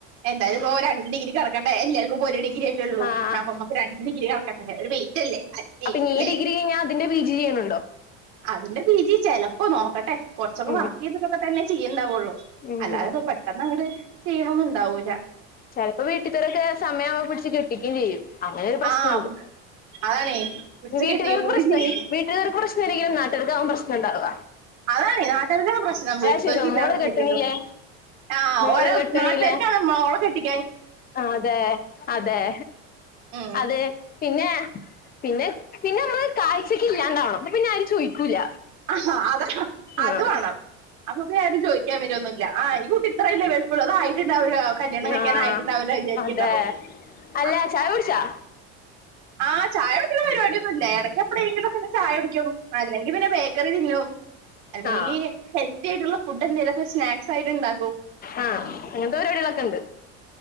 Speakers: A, on the right; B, on the left.
A: എന്തായാലും ഇപ്പൊ രണ്ട് ഡിഗ്രി കിടക്കട്ടെ എല്ല ക്കും ഇപ്പോ ഒരു ഡിഗ്രിയല്ലേ ഉള്ളൂ
B: ആഹ്
A: അപ്പൊമ്മക്ക് രണ്ട് ഡിഗ്രി കടക്കട്ടെ ഒരു വെയ്റ്റ് അല്ലേ അല്ലേ
B: അപ്പൊ ഇനി
A: അല്ലേ.
B: ഈ ഡിഗ്രി കഴിഞ്ഞാൽ അതിന്റെ പി ജി ചെയ്യണുണ്ടോ
A: അതിന്റെ പീ ജി ചെലപ്പോ നോക്കട്ടെ കുറച്ചൊക്കെ
B: ഉം
A: വർക്ക് ചെയ്തിട്ടൊക്കെ തന്നെ ചെയ്യേണ്ടാവുള്ളൂ ളു
B: ഉം
A: അല്ലാതെ ഇപ്പൊ പെട്ടെന്ന് അങ്ങട് ചെയ്യണൊന്നും ഇണ്ടാവൂല
B: ചിലപ്പോ വീട്ടിൽത്തൊരൊക്കെ സമയം ആവുമ്പോ പിടിച്ച് കെട്ടിക്കുകയും ചെയ്യും അങ്ങനെ ഒരു പ്രേശ്നണ്ട്
A: ആഹ് അതാണേ പിടിച്ച്
B: വീട്ടുകാർക്ക്
A: കെട്ടിയും കൂടി
B: പ്രശ്നം
A: ചെയ്യും
B: വീട്ടുകാർക്ക് പ്രശ്നംല്ലെങ്കിലും നാട്ടുകാർക്ക് ആവും പ്രശ്നംണ്ടാവ
A: അതാണ് നാട്ടാർക്കണ് പ്രശ്നം വീട്ടത്തൊരിക്ക്
B: ചോദിക്കും
A: ഇല്ലാന്ന്ണ്ടെങ്കിലും
B: മോള് കെട്ടണില്ലേ
A: ആഹ്
B: മോള്
A: ഓരോ
B: കെട്ടണില്ലേ
A: നാട്ടുകാർക്കാണ് മോളെ കെട്ടി
B: അതെ അതെ
A: ഉം
B: അതെ പിന്നെ പിന്നെ പിന്നെ നമ്മള് കാഴ്ചക്ക് ഇല്ലാണ്ടാവണം പിന്നെ ആരും ചോദിക്കൂല
A: ആഹ് അത
B: ആഹ്
A: അത് വേണം അപ്പൊ പിന്നെ അരും ചോദിക്കാൻ വരൊന്നുല്ല ആഹ് ഈ കുട്ടി ഇത്ര വലിയ വലിപ്പള്ളതായി യിട്ടിണ്ടാവില്ല കല്യാണം കഴിക്കാൻ
B: ആഹ്
A: ആയിട്ടിണ്ടാവില്ല വിചാരിക്കണ്ടാവും
B: അതെ അല്ല
A: ആഹ്
B: ചായ കുടിച്ചാ
A: ആഹ് ചായ കുടിക്കുന്ന പരിപാടി ഒന്നും ഇല്ല ഇടയ്ക്ക് എപ്പളെങ്കിലും ഒക്കെ ഒരു ചായ കുടിക്കും അല്ലെങ്കി ങ്കിപിന്നെ ബേക്കറി തിന്നും അല്ലെങ്കിൽ
B: ആഹ്
A: ഹെൽത്തി ആയിട്ടുള്ള ഫുഡ് എന്തെലും സ്നാക്സ് ആയിട്ട് ഉണ്ടാക്കു
B: ആഹ് അങ്ങനത്തെ പരിപടികളൊക്കെ ഇണ്ട്